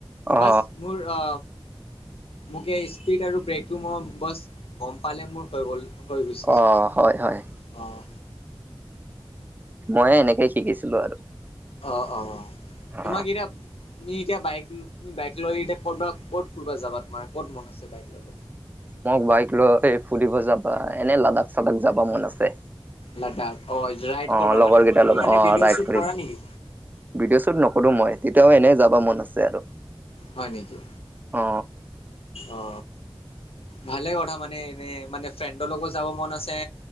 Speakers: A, on the right; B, on the left.
A: অ
B: বাচ মোৰ আ মোক এই স্পীড আৰু ব্ৰেকটো মই বচ গম পালে মোৰ হৈ গ'ল। হৈ গৈছে
A: অ
B: চব।
A: হয় হয়
B: অঁ!
A: মই এনেকে শিকিছিলো আৰু।
B: অ' অ'
A: অ
B: তোমাক <unintelligible> তুমি এতিয়া বাইক তুমি বাইক লৈ এতি ক'বাত কত ফুৰবা যাবা, তোমাৰ ক'ত মন আছে বাইক লৈ?
A: মোক বাইক লৈ ফুৰিবা যাবা এনে লাডাখ-চাডখ যাবা মন আছে।
B: লাডাখ অ' ৰাইড
A: অ
B: কৰবা
A: লগৰ
B: মানে,
A: কেইটাৰ
B: তুমি
A: লগত
B: মানে
A: অ
B: ভিডিঅ'
A: ৰাইড
B: শ্বুট
A: কৰি
B: কৰা নেকি?
A: ভিডিঅ' শ্বুট নকৰোঁ মই, তেতিয়াও এনেই যাব মন আছে আৰু।
B: হয় নেকি?
A: অ
B: অ'। ভালে কথা মানে এনে মানে ফ্ৰেণ্ডৰ লগত যাব মন আছে